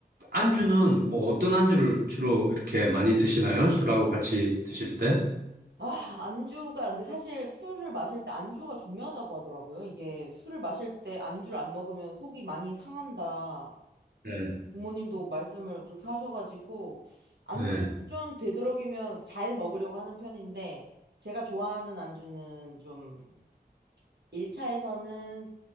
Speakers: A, on the right; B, on the right.
A: 안주는 뭐 어떤 안주를 주로 이렇게 많이 드시나요? 술하고 같이 드실 때?
B: 아, 안주가, 근데 사실 술을 마실 때 안주가 중요하다고 하더라고요. 이게 술을 마실 때 안주를 안 먹으면 속이 많이 상한다.
A: 네.
B: 부모님도 말씀을 그렇게 하셔가지고, 안주는
A: 네.
B: 좀 되도록이면 잘 먹으려고 하는 편인데, 제가 좋아하는 안주는 좀, 1차에서는